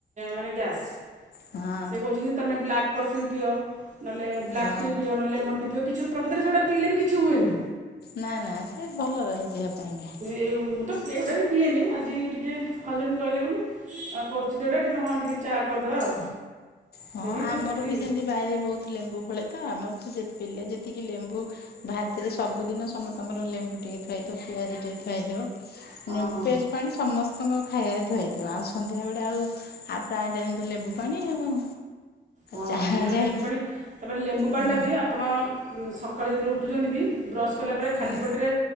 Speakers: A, on the right; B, on the left.
A: ମାନେ ଗ୍ୟାସ୍।
B: ହଁ
A: ସେ କହୁଛନ୍ତି ତମେ ବ୍ଲାକ୍ କଫି ପିଅ, ନହେଲେ
B: ହଁ
A: ବ୍ଲାକ୍ ପିଅ ନ <unintelligible> ପିଇବକି ପ୍ରକୃତରେ ସେଇଟା ପିଇଲେ ବି କିଛି ହୁଏନି।
B: ନା ନା ସେ ଭଲ ରହେ ଦେହ ପାଇଁକା।
A: ଏ ମୁଁ ତ ଏଗୁଡ଼ାକ ବି ପିଏନି ଆଜି ଟିକେ ହଜବେଣ୍ଡ କହିଲେ ବୋଲି। ଆଉ କରୁଚି ଦଟା ଟିକେ ହଁ ଟିକେ ଚା କରିଦବା ଆଉ।
B: ହଁ
A: ସେ ବି
B: ଆମର
A: କଲି
B: ବି ସେମିତି ବାଇରେ ବହୁତ ଲେମ୍ବୁ ଫଳେ ତ, ଆମର ତ ପିଲା ଯେତିକି ଲେମ୍ବୁ ଭାତରେ ସବୁଦିନ ସମସ୍ତଙ୍କର ଲେମ୍ବୁ ଟିକେ ଥୁଆହେଇଥିବ ପିଆଜ ଟିକେ ଥୁଆହେଇଥିବ।
A: ହଁ
B: ଲେମ୍ବୁ
A: ହଁ
B: ପିଆଜ ପାଣି ସମ ଆପଣଙ୍କ ଖାଇବାରେ ଧୁଆଇଥିବ ଆଉ ସନ୍ଧ୍ୟାବେଳେ ଆଉ ଆଉ ପ୍ରାୟ ଟାଇମ ତ ଲେମ୍ବୁ ପାଣି ଆଉ।
A: ହଁ
B: ଚାହା
A: ନା
B: ଯାଏ
A: ଲେମ୍ବୁ ପାଣି ତାପରେ ଲେମ୍ବୁ ପାଣି
B: ହଁ
A: ବି ଆପଣ ସକାଳୁ ଯେତେବେଳେ ଉଠୁଛନ୍ତି ବି ବ୍ରସ୍ କଲା ପରେ ଖାଲି
B: ହଁ
A: ପେଟରେ